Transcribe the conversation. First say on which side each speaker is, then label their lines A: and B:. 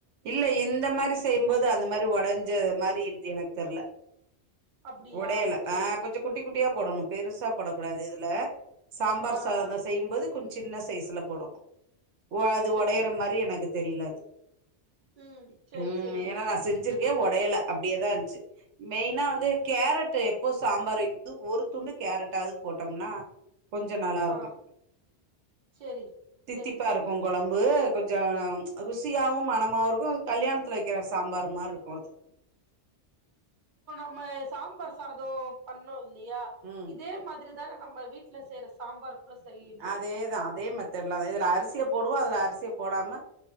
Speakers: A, on the right; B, on the right.
A: இல்ல இந்த மாரி செய்யுபோது அந்த மா ரி ஒடஞ்ச மாரி இழுது எனக்கு தெர்ல
B: அப்டியா
A: ஒடயல
B: செரி
A: ஆஹ்
B: செரி
A: கொஞ்சோ குட்டி குட்டியா போடணு பெருசா போட கூடாது இதுல சாம்பார்
B: ஆ
A: ச
B: ஆ
A: செய்யும்போது கொஞ்சம் சின்ன சைஸுல போடணோ ஓ அது
B: செரி
A: உடையற மாதிரி எனக்கு தெரியலது
B: ம் செரி
A: உஹம்
B: செரிங்க
A: ஏன்னா
B: தோழி
A: நான் செஞ்சிருக்கேன் உடையல அப்படியேதான் இருந்துச்சு மெயினா
B: செரி
A: வந்து கேரட் எப்போ சாம்பார் வது ஒரு துண்டுக்கு கேரட்டாவது போட்டோம்னா கொஞ்சோ நல்லா இருக்கோ
B: ஆ செரி
A: தித்திப்பா
B: செரிங்க
A: இருக்கோ
B: தோழி
A: கொழம்பு கொஞ்சோ ருசி சியாவும் மனம் அவருக்கும் கல்யாணத் வைக்கிற சாம்பார் மாதிரி இருக்கும் அது
B: ம சாம்பார் சாதம் பண்ணோ இல் லையா
A: ம்
B: இதே மாதிரி இதான நம்ம வீட்ல செய்ற சாம்பார் கூட செய்யணு
A: அதேதான் அதே மெத்தட்ல தான் இதுல அரிசிய போடுவோம் அதுல அரிசிய போடாம